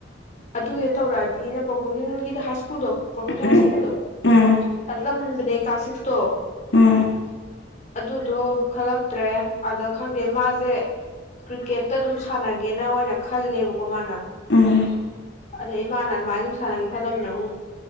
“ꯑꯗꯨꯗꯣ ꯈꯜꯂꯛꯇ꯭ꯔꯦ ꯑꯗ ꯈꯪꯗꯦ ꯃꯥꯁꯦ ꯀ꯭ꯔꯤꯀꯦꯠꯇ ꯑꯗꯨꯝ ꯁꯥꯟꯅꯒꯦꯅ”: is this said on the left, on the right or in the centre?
Left